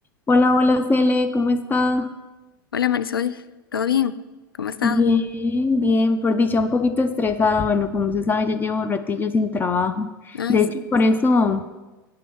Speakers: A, on the left; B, on the left.
A: Hola, hola Cele, ¿cómo está?
B: Hola Marisol, ¿todo bien? ¿Cómo ha estado?
A: Bien, bien, por dicha un poquito estresada, bueno, como se sabe, ya llevo ratillo sin trabajo.
B: Ay,
A: De
B: sí,
A: hecho, por eso,